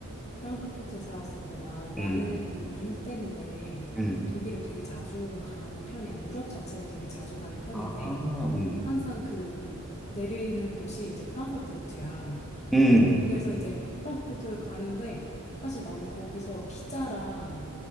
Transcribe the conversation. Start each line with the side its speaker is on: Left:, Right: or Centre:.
Left: 프랑크푸르트에 살았었구나. 나는
Centre: 음,
Left: 그 일 때문에
Centre: 음,
Left: 독일을 되게 자주 가는 편이야. 유럽 자체를 되게 자주 가는 편인데
Centre: 아, 음,
Left: 항상 그 내리는 곳이 이제 프랑크푸르트야.
Centre: 음,
Left: 그래서 이제 프랑크푸르트를 가는데 사실 나는 거기서 피자랑